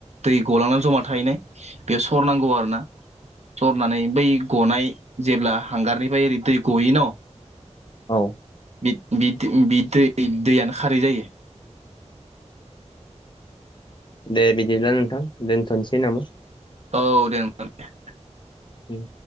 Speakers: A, on the right; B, on the left.
A: दै गलांनानै जमा थाहैनाय बेयाव सरनांगौ आरोना सरनानै बै गनाय जेब्ला हांगारनिफ्राय ओरै दै गयो न'
B: औ
A: बि बि दै दैयानो खारै जायो
B: दे बिदिब्ला नोंथां दोनथ'नोसै नामा?
A: औ दे होनबा दे
B: उम